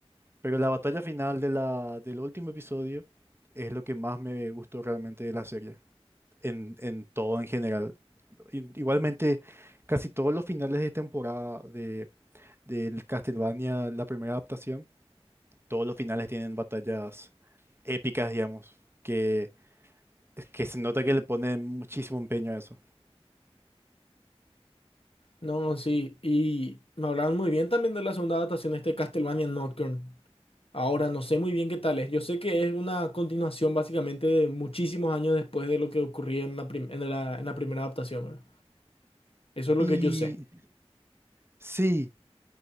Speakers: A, on the right; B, on the left.
A: pero la batalla final de la, del último episodio es lo que más me gustó realmente de la serie, en, en todo en general. I- Igualmente, casi todos los finales de temporada de, del Castlevania, la primera adaptación, todos los finales tienen batallas épicas, digamos, que, que se nota que le ponen muchísimo empeño a eso.
B: No, no, sí. Y me hablaron muy bien también de la segunda adaptación de este Castlevania Nocturne. Ahora no sé muy bien qué tal es. Yo sé que es una continuación básicamente de muchísimos años después de lo que ocurrió en la, prim- en la, en la primera adaptación, ¿verdad? Eso es lo
A: Y
B: que yo sé.
A: sí.